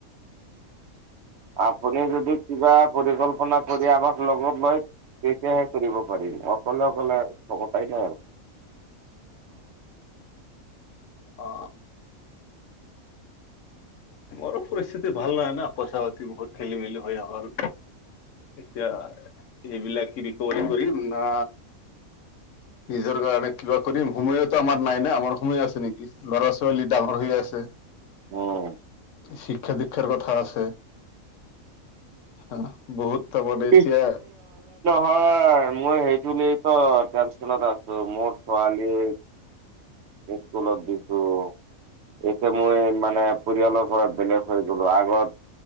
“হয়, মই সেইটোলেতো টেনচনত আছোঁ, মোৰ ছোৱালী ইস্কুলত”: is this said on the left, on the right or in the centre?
Right